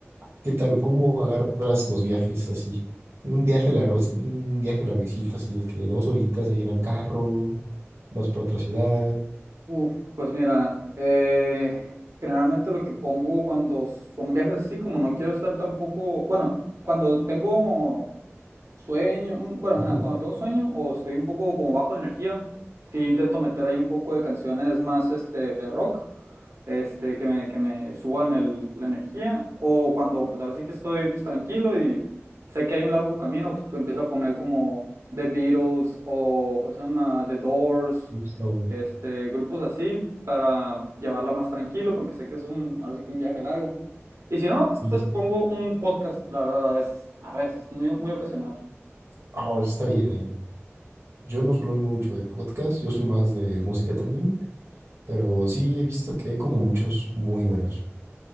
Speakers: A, on the right (about 60°); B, on the right (about 80°).
A: ¿qué tal? ¿Cómo agarras los viajes así? Un viaje largo, un viaje larguecito, así de que dos horitas ahí en el carro, vas para otra ciudad.
B: Uf, pues mira, eh, generalmente lo que pongo cuando son viajes así, como no quiero estar tampoco, bueno, cuando tengo Sueño, mm, bueno,
A: Ujú.
B: ajá, cuando tengo sueño o estoy un poco como bajo de energía, sí intento meter ahí un poco de canciones más este, de rock, este, que me, que me suban el- la energía, o cuando pues ahora sí que estoy pues, tranquilo y sé que hay un largo camino, pues empiezo a poner como The Beatles o ¿cómo se llama? The Doors,
A: Está bueno.
B: este, grupos así para llevarla más tranquilo porque sé que es un, ahora sí que un viaje largo. Y si no,
A: Sí,
B: pues pongo un podcast, la verdad, a veces, a veces, muy, muy ocasional.
A: Ah, eso está bien, ¿eh? Yo no soy mucho de podcast, yo soy más de música también, pero sí he visto que hay como muchos muy buenos.